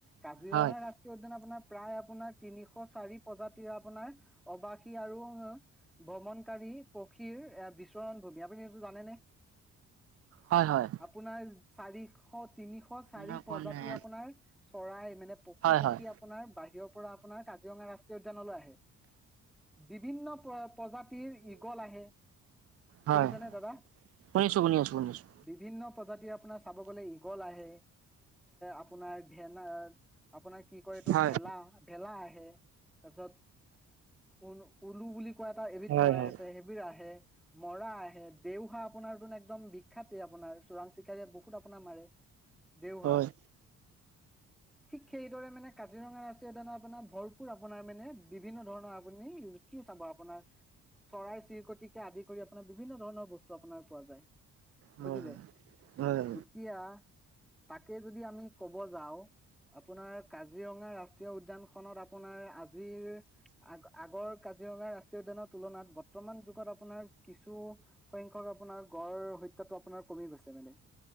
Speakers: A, in the centre; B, on the right (about 50°).
A: কাজিৰঙা
B: হয়
A: ৰাষ্ট্ৰীয় উদ্যান আপোনাৰ প্ৰায় আপোনাক তিনিশ চাৰি প্ৰজাতিৰে আপোনাৰ অবাসী আৰু ভ্ৰমণকাৰী পক্ষীৰ এ বিচৰণ ভূমি আপুনি এইটো জানেনে
B: হয় হয়
A: আপোন আজ চাৰিশত তিনিশ চাৰি
B: শুনা পোৱা
A: প্ৰজাতিৰ
B: নাই
A: আপোনাৰ চৰাই মানে পশু
B: হয়
A: পক্ষী
B: হয়
A: আপোনাৰ বাহিৰৰ পৰা আপোনাৰ কাজিৰঙা ৰাষ্ট্ৰীয় উদ্যানলৈ আহে বিভিন্ন প্ৰ প্ৰজাতিৰ ইগল আহে
B: হয়
A: শুনিছে নে দাদা
B: শুনিছো শুনি আছো শুনিছো
A: বিভিন্ন প্ৰজাতিৰ আপোনাৰ ' লাগ <unintelligible> বল আহ আপোনাৰ ধেন আপোনাৰ কি কয় এইটো
B: হয়।
A: ভেলা ভেলা আহে তাৰপিছত উ উৰ্দু বুলি এনেকুৱা এটা এবিধ
B: হয়
A: চৰাই
B: হয়।
A: আছে সেইবিধ আহে মৰা আহে দেউহা আপোনাৰ তোন একদম বিখ্যাতে আপোনাৰ চোৰাং চিকাৰীয়ে বহুত আপনা মাৰে দেউহা
B: হয়
A: ঠিক সেইদৰে মানে কাজিৰঙা ৰাষ্ট্ৰীয় উদ্যান আপোনাৰ ভৰপূৰ আপোনাৰ মানে বিভিন্ন ধৰণৰ আপুনি কি চাব আপোনাৰ চৰাই চিৰিকটিকে আদি কৰি আপোনাৰ বিভিন্ন ধৰণৰ বস্তু আপোনাৰ পোৱা যায়
B: হয়
A: বুজিলে
B: হয়
A: এতিয়া তাকে যদি আমি কব যাওঁ আপোনাৰ কাজিৰঙা ৰাষ্ট্ৰীয় উদ্যান খনত আপোনাৰ আজিৰ আগ আগৰ কাজিৰঙা ৰাষ্ট্ৰীয় উদ্যানৰ তুলনাত বৰ্তমান যুগত আপোনাৰ কিছু সংখ্য্ক আপোনাৰ গড় হত্যাটো আপোনাৰ কমি গৈছে মানে